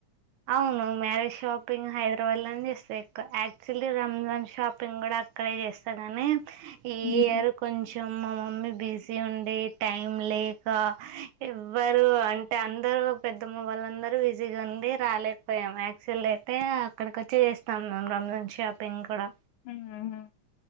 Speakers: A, on the right; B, on the left.
A: అవును మ్యారేజ్ షాపింగ్ హైదరాబాద్ లోని చేస్తా సో ఎక్కువ యాక్చువల్లీ రంజాన్ షాపింగ్ కూడా అక్కడే చేస్తా నీ ఈయరు
B: హ్మ్
A: కొంచం మా మమ్మీ బిజీ ఉండే టైం లేక ఎవ్వరు అంటే అందరు పెద్దమ్మ వాళ్ళందరూ విజిగా ఉండి రాలేకపోయాము యాక్సిల్ అయితే అక్కడికి వచ్చి చేస్తాం మేము రంజాన్ షాపింగ్ కూడా
B: ఉమ్ హు హు